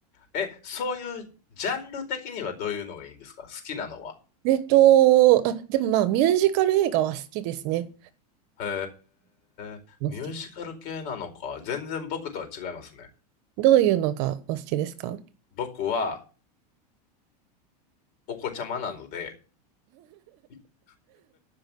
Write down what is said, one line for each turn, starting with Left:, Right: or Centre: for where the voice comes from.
Left: え、そういうジャンル的にはどういうのがいいんですか好きなのは。
Right: えっと、あ、でもまあ、ミュージカル映画は好きですね。
Left: へえ、
Right: うん好き
Left: ミュージカル系なのか。全然僕とは違いますね。
Right: どういうのがお好きですか <laughs> う
Left: 僕はお子ちゃまなので、<laughs>